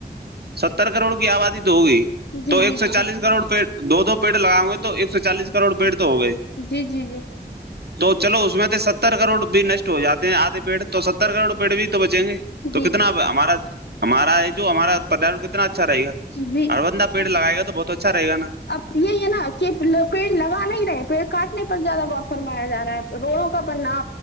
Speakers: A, on the right; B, on the left.
A: ستر کروڑ کی آبادی تو ہوگی
B: جی
A: تو
B: جی
A: ایک سو
B: جی
A: چالیس کروڑ پ دو دو پیڑ لگائ ہو گے تو ایک سو چالیس کروڑ پیڑ تو ہو گئے
B: جی جی جی
A: تو چلو اس میں سے ستر کروڑ بھی نشٹ ہو جاتے ہیں آدے پیڑ تو ستر کروڑ پیڑ بھی تو بچیں گے
B: جی
A: تو کتنا ہمارا ہمارا یہ جو ہمارا پر کتنا اچھا رہے گا
B: جی جی
A: اربندہ پیٹ لگائے گا تو بہت اچھا رہے گا نا
B: اب یہی ہے نا کہ پیڑ لگانا ہی رہے پیڑ کاٹنے پر زیادہ و فرمایا جا رہا ہے روڑوں کا بننا